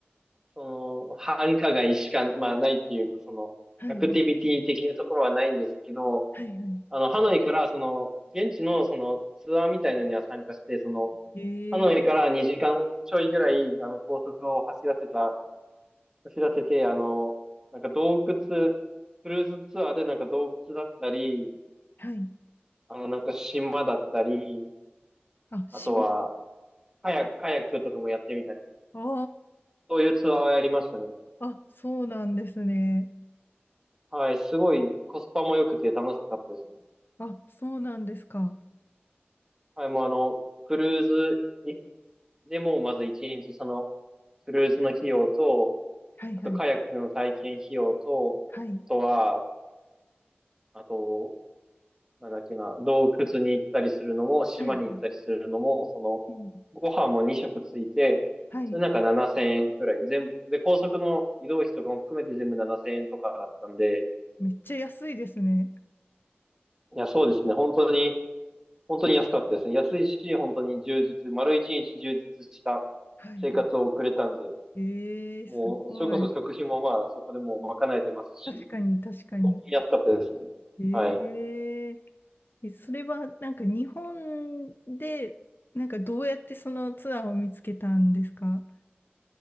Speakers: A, on the right; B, on the left.
A: その、繁華街しか、まあないっていうか、その、
B: はい、
A: アクティビティ的なところはないんですけど、
B: はい、は
A: あの、ハノイから、その、現地の、その、ツアーみたいなのには参加して、その、
B: い。
A: ハノイから2時間ちょいぐらい、
B: ええ
A: あの、高速を走らせた、走らせて、あの、なんか洞窟、クルーズツアーでなんか洞窟だったり、
B: はい。
A: あの、なんか島だったり、
B: あ、島。
A: あとは、カヤ、カヤックとかもやってみたり、
B: あ
A: そういうツアーをやりましたね。
B: あ、あ、そうなんですね。
A: はい、すごいコスパも良くて楽しかったですね。
B: あ、そうなんですか。
A: はい、もうあの、クルーズにでもまず一日その、クルーズの費用と、
B: はい、
A: あとカヤックの体験費用と、
B: はい、はい、
A: あとは、あと、なんだっけな、洞窟に行ったりするのも、島に行ったりするのも、
B: はい、はい
A: その、
B: うん
A: ご飯も2食ついて、
B: はい。
A: それなんか7000円くらい、全部、で、高速の移動費とかも含めて全部7000円とかだったんで、
B: めっちゃ安いですね。
A: いや、そうですね、本当に本当に安かったですね。安いし、本当に充実、丸一日充実した
B: はい、
A: 生活を送れたんで、
B: はい。ええすごい。
A: もう、それこそ食費もまあ、そこでもう賄えてますし、
B: 確かに、確かに。
A: 本当に安かったですね。
B: ええ
A: はい。
B: え、それはなんか日本で、なんかどうやってそのツアーを見つけたんですか